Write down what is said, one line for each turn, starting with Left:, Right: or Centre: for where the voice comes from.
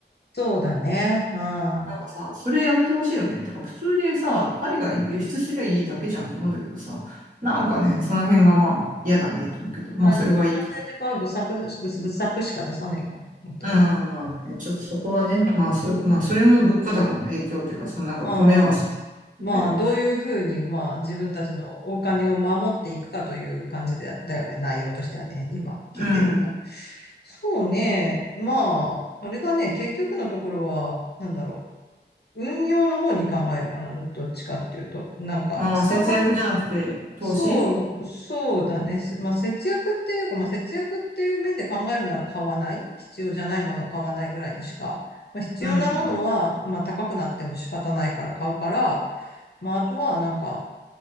Left: そうだね。うん。ま
Right: なんかさ、それやめてほしいよね。てか、普通にさ、海外に輸出すりゃいいだけじゃんと思うんだけどさ、なんかね、その辺がまあ、嫌だね、と思うけど、
Left: あ日本の政治家は愚策で、
Right: まあ、それはいい。
Left: 愚愚策しか出さないから、本当に。
Right: ああ、まあね、ちょっとそこはね、まあそ、まあ、それも物価高の影響っていうか、そのなんか米はそ
Left: うんうん。
Right: うけど、
Left: まあどういうふうに、まあ自分たちのお金を守っていくかという感じで、だよね。内容としてはね、今聞いてるのは。
Right: うん。
Left: そうね。まあ、あれだね。結局のところは、なんだろう。運用の方に考えるかな、どっちかっていうと。なんか、
Right: ああ、
Left: 使わ、
Right: 節約じゃなくて、投資
Left: そう、そうだね。まあ、節約っていうか、まあ、節約っていう面で考えるなら買わない。必要じゃないものを買わないぐらいにしか。まあ、必要なものは、
Right: うん。
Left: まあ、高くなっても仕方ないから買うから、まあ、あとは、なんか、